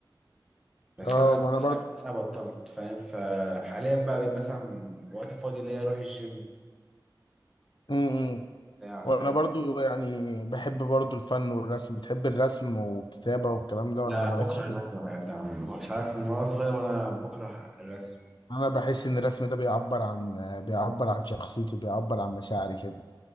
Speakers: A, in the centre; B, on the left.
A: بس
B: اه
A: انا
B: وانا برضه
A: انا بطلت فاهم فحاليا بقى بقيت مثلا وقت فاضي ليا اروح الجيم
B: امم
A: بتاع فاهم
B: وانا برضه يعني بحب برضه الفن والرسم بتحب الرسم والكتابة والكلام ده ولا
A: لا
B: مالكش
A: بكره
B: فيه
A: الرسم يا ده عم، مش عارف من وانا صغير وانا بكره الرسم
B: انا بحس ان الرسم ده بيعبر عن بيعبر عن شخصيتي وبيعبر عن مشاعري كده